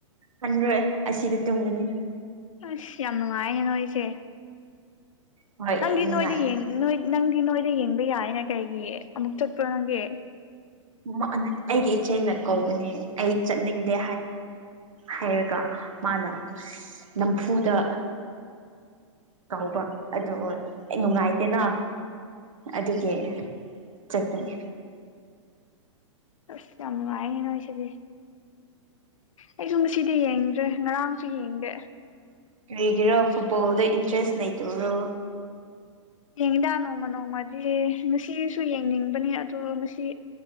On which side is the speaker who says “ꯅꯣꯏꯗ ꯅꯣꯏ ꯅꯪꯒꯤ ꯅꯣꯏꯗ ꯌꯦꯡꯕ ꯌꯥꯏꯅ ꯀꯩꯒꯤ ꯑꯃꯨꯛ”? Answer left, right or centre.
Left